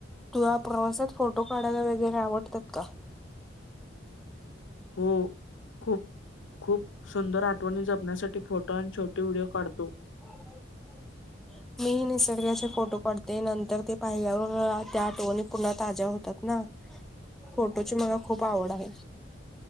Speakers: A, in the centre; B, on the left.
A: तूला प्रवासात फोटो काढायला वगैरे आवडतात का?
B: हो खूप.. खूप सुंदर आठवणी जपण्यासाठी फोटो आणि छोटी व्हिडिओ काढतो. तो
A: हो. मी निसर्गाचे फोटो काढते नंतर ते पाहिल्यावर त्या आठवणी पुन्हा ताज्या होतात ना. फोटोची मला खूप आवड आहे.